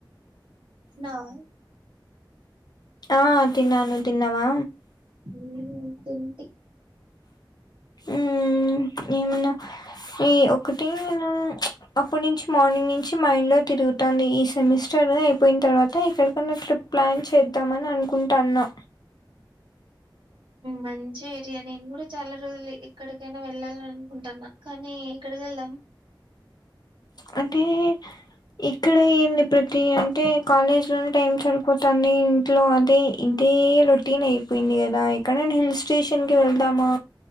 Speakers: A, on the right (about 85°); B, on the left (about 55°).
A: తిన్నావా
B: ఆ తిన్నాను తిన్నవా
A: ఉ హ్ తింటి
B: ఉ ఏ మన్నా ఈ ఒకటి నే అప్పుటి నుంచి మార్నింగ్ నుంచి మైండ్ లో తిరుగుతుాంది ఈ సెమిస్టర్ అయిపోయిన తర్వాత ఎక్కడికన్నా ట్రిప్ ప్లాన్ చేద్దామని అనుకుంటాన్నా
A: మంచి ఐడియా నే నేను కూడా చాలా రోజులు ఎక్కడికైనా వెళ్ళాలని అనుకుంటాన్నా కానీ ఎక్కడికి వెళ్దాం
B: అంటే ఇక్కడ ఏంది ప్రతి అంటే కాలేజ్ లోనే టైమ్ సరిపోతుంది ఇంట్లో అదే ఇంటి అదే రొటీన్ అయిపోయింది కదా ఎక్కడేను హిల్ స్టేషన్ కి వెళ్తామా